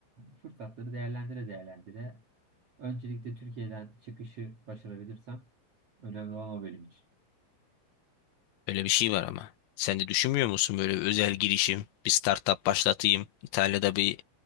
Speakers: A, on the right; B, on the left.
A: e, fırsatları değerlendire değerlendire öncelikle Türkiye'den çıkışı başarabilirsem önemli olan o bölüm için.
B: öyle bir şey var ama. Sen de düşünmüyor musun böyle bir özel girişim, bir startup başlatayım, İtalya'da bir